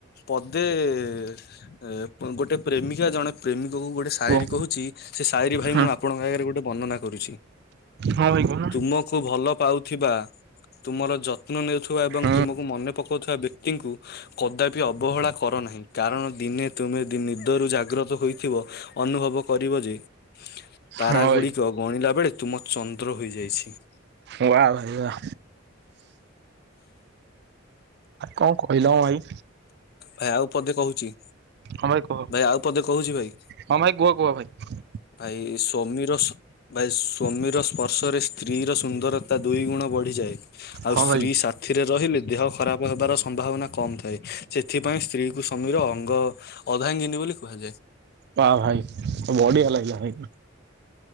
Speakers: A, on the left; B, on the right.
A: ପଦେ ଏ- ଗୋଟେ ପ୍ରେମିକା ଜଣେ ପ୍ରେମିକ କୁ ଗୋଟେ ସାଏରୀ
B: କୁହ
A: କହୁଚି ସେ ସାଏରୀ ଭାଇ
B: ହଁ
A: ମୁଁ ଆପଣଙ୍କ ଆଗରେ ଗୋଟେ ବର୍ଣ୍ଣନା କରୁଚି
B: ହଁ ଭାଇ କହୁନ
A: ତୁମକୁ ଭଲ ପାଉଥିବା ତୁମର ଯତ୍ନ ନେଉଥିବା ଏବଂ
B: ହୁଁ
A: ତୁମକୁ ମନେ ପକାଉଥିବା ବ୍ୟକ୍ତିଙ୍କୁ କଦାପି ଅବହେଳା କର ନାହିଁ କାରଣ ଦିନେ ତୁମେ ନି ନିଦରୁ ଜାଗ୍ରତ ହୋଇ ଥିବ ଅନୁଭବ କରିବଯେ ତାରାଗୁଡ଼ିକ
B: ହଁ ଭାଇ
A: ଗଣିଲା ବେଳେ ତୁମ ଚନ୍ଦ୍ର ହୋଇଯାଇଛି।
B: ୱା ଭାଇ ୱା କଁ କଇଁଲ ଭାଇ
A: ଭାଇ ଆଉ ପଦେ କହୁଚି
B: ହଁ କୁହ
A: ଭାଇ ଆଉ ପଦେ କହୁଚି ଭାଇ?
B: ହଁ ଭାଇ କୁହ କୁହ ଭାଇ।
A: ଭାଇ ସ୍ଵମୀର ଭାଇ ସ୍ଵମୀର ସ୍ପର୍ଶରେ ସ୍ତ୍ରୀର ସୁନ୍ଦରତା ଦୁଇ ଗୁଣ ବଢିଯାଏ ଆଉ
B: ହଁ
A: ସ୍ତ୍ରୀ
B: ଭାଇ
A: ସାଥିରେ ରହିଲେ ଦେହ ଖରାପ୍ ହେବାର ସମ୍ଭାବନା କମ୍ ଥାଏ। ସେଥିପାଇଁ ସ୍ତ୍ରୀକୁ ସ୍ୱାମୀର ଅଙ୍ଗ ଅର୍ଧାଙ୍ଗିନୀ ବୋଲି କୁହାଯାଏ।
B: ବା ଭାଇ ବଢ଼ିଆ ଲାଗିଲା ଭାଇ।